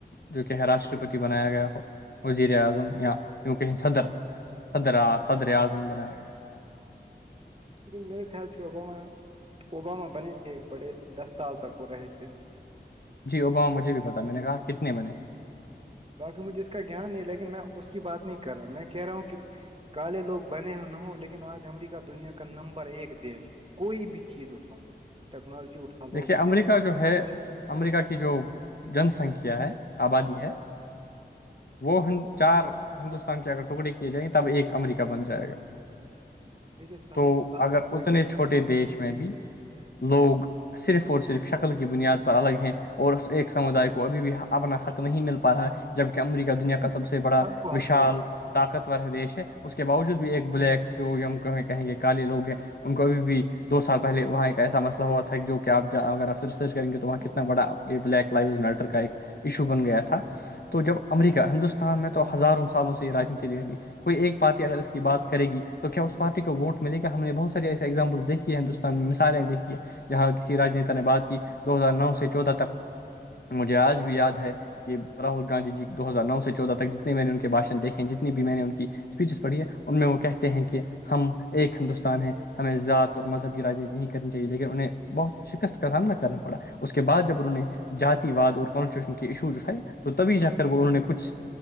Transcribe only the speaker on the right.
میرے خیال سے اب اوباما بنے تھے ایک بڑے دس سال تک وہ رہے تھے
وہ
تو
باقی مجھے اس کا گان نہیں ہے لیکن میں اس کی بات نہیں کر رہا میں کہہ رہا ہوں کہ کالے لوگ بنے ہو نہ لیکن آج امریکہ دنیا کا نمبر ایک دیش ہے کوئی بھی چیز اٹھا لو ٹیکنالوجی اٹھا لو
اور
ایجوکیشن
ہ
دیکھیے صاحب
اس بات
سے کوئی
ہ
کو حق
مل رہا ہے
نہیں،
نہیں،
چھوڑے۔